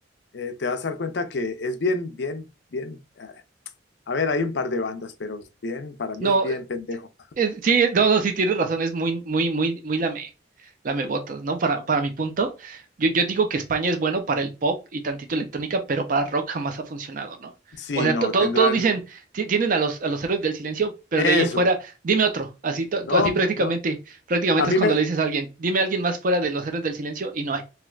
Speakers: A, on the left; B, on the right.
A: eh, te vas a dar cuenta que es bien, bien, bien. eh, A ver, hay un par de bandas, pero es bien, para mí
B: No,
A: es bien pendejo.
B: Eh, Sí, no, no, sí tienes razón, es muy, muy, muy, muy lame, lamebotas, ¿no? Para, para mi punto, yo, yo digo que España es bueno para el pop y tantito electrónica, pero para rock jamás ha funcionado, ¿no?
A: Sí,
B: O sea,
A: no,
B: to- todo-
A: tendrán
B: todos dicen, ti- tienen a los, a los héroes del silencio, pero
A: eso.
B: de ahí en fuera, dime otro, así, to-
A: No,
B: to- así prácticamente,
A: no.
B: prácticamente
A: A mí
B: es cuando
A: me,
B: le dices a alguien, dime a alguien más fuera de los héroes del silencio y no hay.